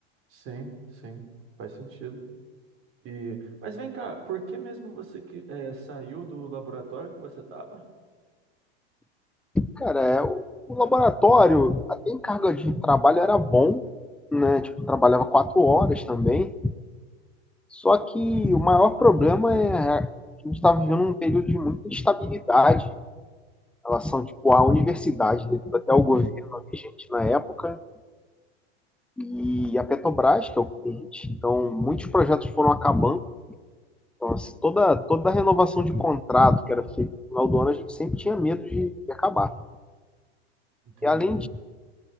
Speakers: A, on the right; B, in the centre.
A: sim, sim, faz sentido. E, mas vem cá, por que mesmo você que eh, saiu do laboratório que você estava?
B: Cara, é, o, o laboratório, até em carga de trabalho era bom, né? Tipo, trabalhava quatro horas também. Só que o maior problema é a gente está vivendo um período de muita instabilidade relação tipo à universidade, devido até ao governo vigente na época, e a Petrobras, que é o cliente. Então, muitos projetos foram acabando. Então, assim, toda, toda a renovação de contrato que era feita no final do ano, a gente sempre tinha medo de, de acabar.
A: Entendi.
B: E além disso,